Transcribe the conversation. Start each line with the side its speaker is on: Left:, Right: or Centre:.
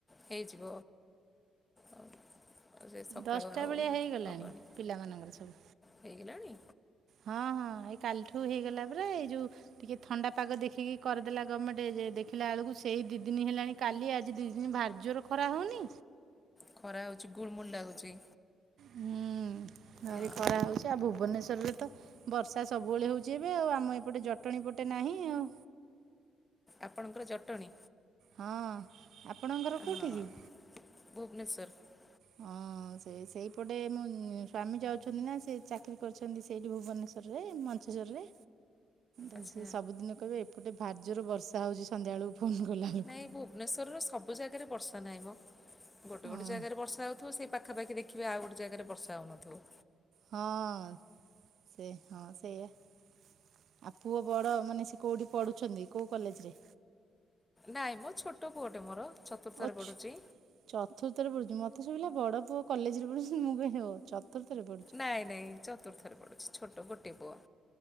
Left: ହେଇଯିବ ଆଉ ଆଉ ସେ ସକାଳୁ
Right: ଦଶଟା
Left: ଆଉ
Right: ବେଳିଆ ହେଇଗଲାଣି
Left: ହେବନି
Right: ପିଲାମାନଙ୍କର ସବୁ
Left: ହେଇଗଲାଣି?
Right: ହଁ ହଁ ଏଇ କାଲିଠୁ ହେଇଗଲା ପରା ଏଇ ଯୋଉ ଟିକେ ଥଣ୍ଡା ପାଗ ଦେଖିକି କରିଦେଲା ଗମେଣ୍ଟ ଯେ ଦେଖିଲା ବେଳକୁ ସେଇ ଦି ଦିନ ହେଲାଣି କାଲି ଆଜି ଦି ଦିନ ଭାରି ଜୋରରେ ଖରା ହଉନି?
Left: ଖରା ହଉଛି ଗୁଲୁ ମୁଲୁ ଲାଗୁଛି।
Right: ହୁଁ।
Left: ହଁ
Right: ରେ ଖରା ହଉଛି ଆଉ ଭୁବନେଶ୍ଵରରେ ତ ବର୍ଷା ସବୁବେଳେ ହଉଛି ଏବେ ଆଉ ଆମ ଏପଟେ ଜଟଣୀ ପଟେ ନାହିଁ ଆଉ।
Left: ଆପଣଙ୍କର ଜଟଣୀ
Right: ହଁ ଆପଣଙ୍କ ଘର କୋଉଠି
Left: ହଁ
Right: କି?
Left: ଭୁବନେଶ୍ୱର।
Right: ହଁ ହଁ ସେ ସେଇପଟେ ମୁଁ ସ୍ଵାମୀ ଯାଉଛନ୍ତି ନା ସେ ଚାକିରରି କରିଛନ୍ତି ସେଇଠି ଭୁବନେଶ୍ୱରରେ ମ ବିେଶ୍ୱରରେ ତା
Left: ଆଚ୍ଛା
Right: ସେ ସବୁଦିନ କହିବେ ଏପଟେ ଭାରି ଜୋରୋରେ ବର୍ଷା ହେଉଛି ସନ୍ଧ୍ୟାବେଳକୁ ଫୋନ୍ କଲାବେଳକୁ
Left: ନାଇଁ ଭୁବନେଶ୍ୱର ର ସବୁ ଜାଗାରେ ବର୍ଷା ନାହିଁ ମୋ ଗୋଟେ
Right: ହଁ
Left: ଗୋଟେ ଜାଗାରେ ବର୍ଷା ହଉଥିବ ସେଇ ପାଖ ପାଖାପଖ ଦେଖିବେ ଆଉ ଗୋଟେ ଜାଗାରେ ବର୍ଷା ହଉନଥିବ।
Right: ହଁ ସେ ହଁ ସେଇଆ। ଆଉ ପୁଅ ବଡ଼ ମାନେ ସେ କଉଠି ପଢ଼ୁଛନ୍ତି କେଉଁ କଲେଜରେ?
Left: ନାଇଁ ମୋ ଛୋଟ ପୁଅଟେ ମୋର। ଚତୁର୍ଥରେ
Right: ଅଛ
Left: ପଢ଼ୁଛି
Right: ଚତୁର୍ଥ ରେ ପଢୁଛି ମତେ ସବୁା ବଡ ପୁଅ କଲେଜରେ ପଢୁଛନ୍ତି ମୁଁ କହିଲି ଓ ଚତୁର୍ଥରେ ପଢ଼ୁଛି
Left: ନାଇଁ ନାଇଁ ଚତୁର୍ଥରେ ପଡୁଛି ଛୋଟ ଗୋଟଏ ପୁଅ।